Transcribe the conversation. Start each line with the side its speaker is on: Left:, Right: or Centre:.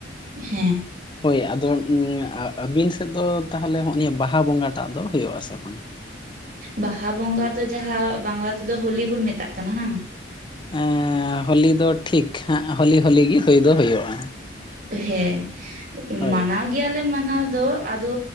Right: ᱦᱮᱸ,
Left: ᱦᱳᱭ ᱟᱫᱚ ᱟᱹᱵᱤᱱ ᱥᱮᱫ ᱫᱚ ᱛᱟᱦᱚᱞᱮ ᱦᱚᱜᱼᱚᱭ ᱱᱤ ᱛᱟᱞᱟ ᱵᱚᱸᱜᱟ ᱴᱟᱜ ᱫᱚ ᱦᱳᱭᱳᱜ-ᱟ ᱥᱮ ᱵᱟᱝ?
Right: ᱵᱟᱦᱟ ᱵᱚᱸᱜᱟ ᱫᱚ ᱡᱟᱦᱟᱸ ᱵᱟᱝᱞᱟ ᱛᱮᱫᱚ ᱦᱳᱞᱤ ᱵᱚᱱ ᱢᱮᱛᱟᱜ ᱠᱟᱱᱟ ᱵᱟᱝ?
Left: ᱮᱸ ᱦᱳᱞᱤ ᱫᱚ ᱴᱷᱤᱠ ᱦᱟᱸᱜ ᱦᱳᱞᱤ ᱦᱳᱞᱤ ᱜᱮ ᱦᱩᱭ ᱫᱚ ᱦᱩᱭᱩᱜᱼᱟ᱾
Right: ᱦᱮᱸ
Left: ᱦᱳᱭ
Right: ᱢᱟᱱᱟᱣ ᱜᱮᱭᱟᱞᱮ ᱢᱟᱱᱟᱣ ᱫᱚ ᱟᱫᱚ